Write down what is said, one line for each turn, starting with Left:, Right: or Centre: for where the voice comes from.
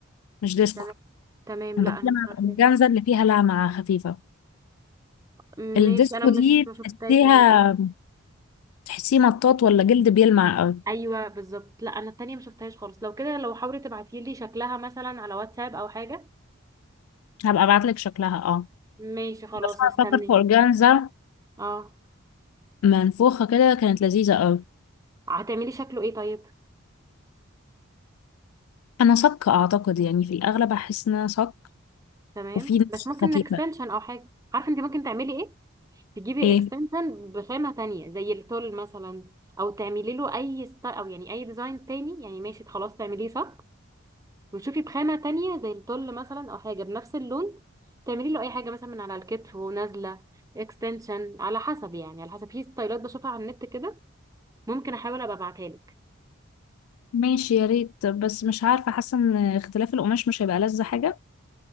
Left: مش ديسكو
Right: تمام تمام
Left: أنا
Right: لا
Left: بتكلم
Right: انا مش
Left: عن
Right: عارفاها
Left: الأورجانزا اللي فيها لمعة خفيفة
Right: ماشي
Left: الديسكو
Right: انا مش
Left: دي
Right: ما شفتهاش
Left: تحسيها
Right: قبل كده
Left: تحسيه مطاط ولا جلد بيلمع أوي
Right: ايوه بالظبط لا انا التانية ما شفتهاش خالص لو كده لو حاولي تبعتي لي شكلها مثلا على واتساب او حاجه
Left: هبقى أبعتلك شكلها اه
Right: ماشي خلاص
Left: بس أنا
Right: هستناك
Left: فاكر في أورجانزا
Right: اه
Left: منفوخة كده كانت لذيذة أوي
Right: هتعملي شكله ايه طيب
Left: أنا صك أعتقد يعني في الأغلب أحس إن أنا صك
Right: تمام
Left: وفي نسخ
Right: بس ممكن
Left: خفيفة
Right: اكستنشن او حاجه عارفه انت ممكن تعملي ايه تجيبي
Left: إيه
Right: اكستنشن بخامة تانية زي التول مثلا او تعملي له اي ست... او يعني اي ديزاين تاني يعني ماشي خلاص تعمليه صك وتشوفي بخامة تانية زي التول مثلا او حاجة بنفس اللون تعملي له اي حاجة مثلا من على الكتف ونازلة اكستنشن على حسب يعني على حسب في ستايلات بشوفها على النت كده ممكن احاول ابقى ابعتها لك
Left: ماشي يا ريت بس مش عارفة حاسة إن اختلاف القماش مش هيبقى لذة حاجة